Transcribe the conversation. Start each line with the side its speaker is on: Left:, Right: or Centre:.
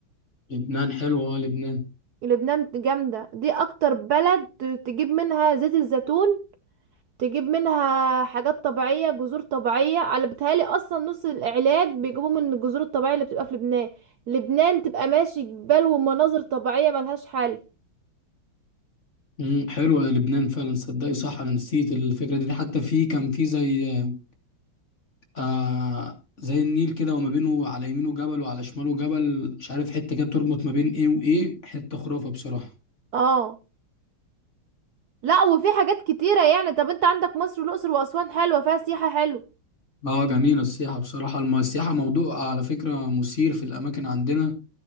Left: لبنان حلوه اه لبنان
Right: لبنان جامدة دي اكتر بلد تجيب منها زيت الزيتون تجيب منها حاجات طبيعية جذور طبيعية على بتهيألي أصلا نص العلاج بيجيبوه من الجذور الطبيعية اللي بتبقى في لبنان لبنان تبقى ماشي جبال ومناظر طبيعية ملهاش حل
Left: امم حلوه يا لبنان فعلا صدقي صح انا نسيت الفكره دي حتى في كان في زي آه، آه زي النيل كده وما بينه على يمينه جبل وعلى شماله جبل مش عارف حتة كده بتربط ما بين ايه وايه حتة خرافة بصراحة
Right: اه لا وفي حاجات كتيرة يعني طب انت عندك مصر والأقصر وأسوان حلوة فيها سياحة حلوة
Left: اه جميلة السياحة بصراحة الم- السياحة موضوع على فكرة مثير في الأماكن عندنا